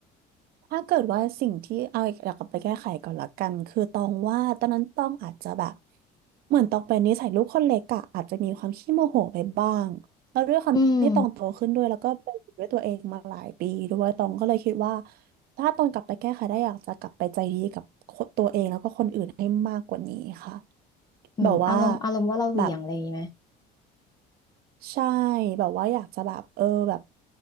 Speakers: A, on the right; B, on the left.
A: ถ้าเกิดว่าสิ่งที่เอาอีกากกลับไปแก้ไขก่อนละกันคือตองว่าตอนนั้นตองอาจจะแบบเหมือนตองเป็นนิสัยลูกคนเล็กอะอาจจะมีความขี้โมโหไปบ้างแล้วด้วยความที่ตองโตขึ้นด้วยแล้วก็ไปอยู่ด้วยตัวเองมาหลายปีด้วยตองก็เลยคิดว่า
B: อืม
A: ถ้าตองกลับไปแก้ไขได้อยากจะกลับไปใจดีกับคนตัวเองแล้วก็คนอื่นให้มากกว่านี้ค่ะ
B: อืมอารมณ์อารมณ์ว่าเราเหวี่ยงอะไรอย่างงี้ไหม
A: แบบว่าแบบ ใช่แบบว่าอยากจะแบบเออแบบ